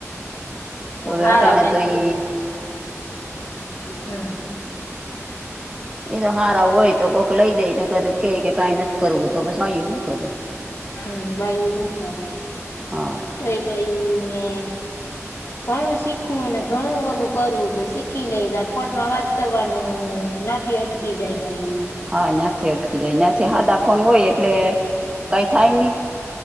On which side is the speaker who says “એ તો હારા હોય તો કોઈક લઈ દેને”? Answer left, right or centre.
Right